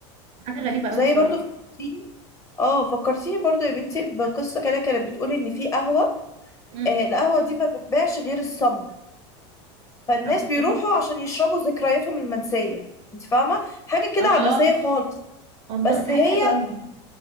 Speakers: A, on the right (about 45°); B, on the left (about 20°).
A: حاجة غريبة قوي
B: زي
A: الصراحة
B: برضو في اه فكرتيني برضو يا بنتي بقصة كده كانت بتقول ان في قهوة
A: امم
B: آه القهوة دي ما بتبيعش غير الصم فالناس
A: اوكي
B: بيروحوا عشان يشربوا ذكرياتهم المنسية انت فاهمة حاجة كده
A: الله
B: عبثية خالص
A: الله
B: بس
A: دي حاجة
B: هي
A: حلوة قوي